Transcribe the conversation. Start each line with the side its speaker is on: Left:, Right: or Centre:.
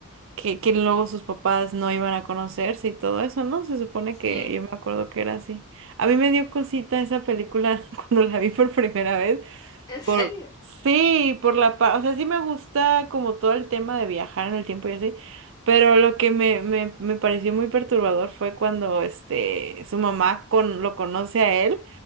Right: que, que luego sus papás no iban a conocerse y todo eso, ¿no? Se supone
Left: sí.
Right: que yo me acuerdo que era así. A mí me dio cosita esa película <laughs> cuando la vi por primera vez.
Left: <laughs> ¿En serio?
Right: Por, sí, por la paz, o sea, sí me gusta como todo el tema de viajar en el tiempo y así, pero lo que me, me, me pareció muy perturbador fue cuando este su mamá con, lo conoce a él